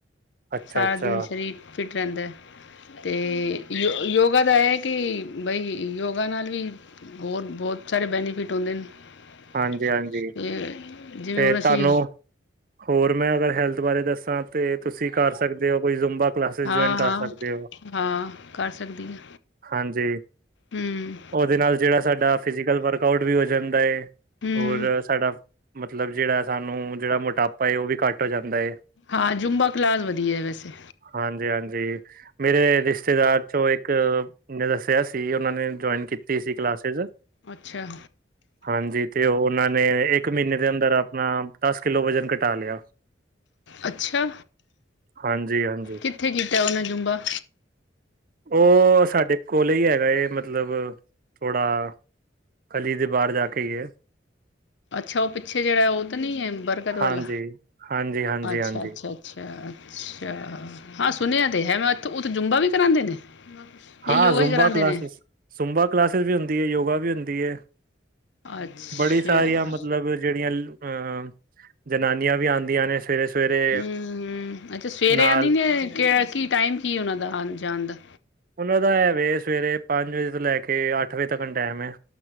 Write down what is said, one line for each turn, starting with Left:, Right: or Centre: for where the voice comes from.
Right: ਅੱਛਾ
Left: ਸਾਰਾ
Right: ਅੱਛਾ
Left: ਦਿਨ ਸਰੀਰ ਫਿਟ ਰਹਿੰਦਾ। ਤੇ ਯੋ ਯੋਗਾ ਦਾ ਇਹ ਕਿ ਬਈ ਯੋਗਾ ਨਾਲ ਵੀ ਹੋਰ ਬਹੁਤ ਸਾਰੇ ਬੈਨੀਫਿਟ ਹੁੰਂਦੇ ਨੇ। <unintelligible>
Right: ਹਾਂਜੀ ਹਾਂਜੀ ਤੇ
Left: ਹੁਣ ਅਸੀਂ
Right: ਤੁਹਾਨੂੰ ਹੋਰ ਮੈਂ ਅਗਰ ਹੈਲਥ ਬਾਰੇ ਦੱਸਾਂ ਤੇ ਤੁਸੀਂ ਕਰ ਸਕਦੇ ਹੋ ਕੋਈ ਜ਼ੂੰਬਾ ਕਲਾਸਿਸ
Left: ਹਾਂ
Right: ਜੁਆਇਨ ਕਰ
Left: ਹਾਂ
Right: ਸਕਦੇ ਹੋ।
Left: ਹਾਂ ਕਰ ਸਕਦੀ ਹਾਂ
Right: ਹਾਂਜੀ
Left: ਹੂੰ
Right: ਉਹਦੇ ਨਾਲ ਜਿਹੜਾ ਸਾਡਾ ਫਿਜ਼ਿਕਲ ਵਰਕਆਊਟ ਵੀ ਹੋ ਜਾਂਦਾ ਹੈ
Left: ਹੂੰ
Right: ਹੋਰ ਸਾਡਾ ਮਤਲਬ ਜਿਹੜਾ ਸਾਨੂੰ ਨੂੰ ਜਿਹੜਾ ਮੋਟਾਪਾ ਏ ਉਹ ਵੀ ਘੱਟ ਹੋ ਜਾਂਦਾ ਹੈਏ।
Left: ਹਾਂ, ਜੂੰਬਾ ਕਲਾਸ ਵਧੀਆ ਹੈ ਵੈਸੇ।
Right: ਹਾਂਜੀ-ਹਾਂਜੀ। ਮੇਰੇ ਰਿਸ਼ਤੇਦਾਰ ਚੋਂ ਇੱਕ ਦੱਸਿਆ ਸੀ ਉਹਨਾਂ ਨੇ ਜੁਆਇਨ ਕੀਤੀ ਸੀ ਕਲਾਸਿਸ
Left: ਅੱਛਾ
Right: ਹਾਂਜੀ, ਤੇ ਉਹਨਾਂ ਨੇ ਇੱਕ ਮਹੀਨੇ ਦੇ ਅੰਦਰ ਆਪਣਾ ਦਸ ਕਿੱਲੋ ਵਜਨ ਘਟਾ ਲਿਆ।
Left: ਅੱਛਾ?
Right: ਹਾਂਜੀ-ਹਾਂਜੀ।
Left: ਕਿੱਥੇ ਕਿੱ ਕੀਤਾ ਨੇ ਜੁੰਬਾ?
Right: ਉਹ ਸਾਡੇ ਕੋਲ ਹੀ ਹੈਗਾ ਏ ਮਤਲਬ ਥੋੜਾ ਕੱਲ ਹੀ ਤੇ ਬਾਹਰ ਜਾ ਕੇ ਆਈਏ।
Left: ਅੱਛਾ, ਉਹ ਪਿੱਛੇ ਜਿਹੜਾ ਉਹਧ ਨੀ ਹੈ ਬਰਕਤ ਵਾਲਾ
Right: ਹਾਂਜੀ ਹਾਂਜੀ ਹਾਂਜੀ
Left: ਅੱਛਾ-ਅੱਛਾ,
Right: ਹਾਂਜੀ
Left: ਅੱਛਾ। ਅੱਛਾ। ਹਾਂ ਸੁਣਿਆ ਤੇ ਹੈ ਮੈਂ ਇਥ ਉਥੇ ਜੁੰਬਾ ਵੀ ਕਰਾਉਂਦੇ ਨੇ? ਇਹ
Right: ਹਾਂ
Left: ਯੋਗਾ
Right: ਜ਼ੁੰਬਾ
Left: ਹੀ ਕਰਾਉਂਦੇ
Right: ਕਲਾਸਿਸ
Left: ਨੇ
Right: ਜ਼ਬਾ ਕਲਾਸਿਸ ਵੀ ਹੁੰਦੀ ਹੈ ਯੋਗਾ ਵੀ ਹੁੰਦੀ ਹੈ
Left: ਅੱਛਾ
Right: ਬੜੀ ਸਾਰੀਆਂ ਮਤਲਬ ਜਿਹੜੀਆਂ ਹ-ਹਂ। ਜਨਾਨੀਆਂ ਵੀ ਆਉਂਦੀਆਂ ਨੇ ਸਵੇਰੇ ਸਵੇਰੇ
Left: ਹੁਂ-ਹੁਂ, ਅੱਛਾ ਸਵੇਰੇ
Right: ਨਾਲ
Left: ਆਉਂਦੀ ਨੇ ਕੀ ਟਾਈਮ ਕੀ ਉਹਨਾਂ ਦਾ ਆਨ ਜਾਣ ਦਾ?
Right: ਉਹਨਾਂ ਦਾ ਹੈਵੇ ਸਵੇਰੇ ਪੰਜ ਵਜੇ ਤੋਂ ਲੈ ਕੇ ਅੱਠ ਵਜੇ ਤੱਕ ਟਾਈਮ ਹੈ।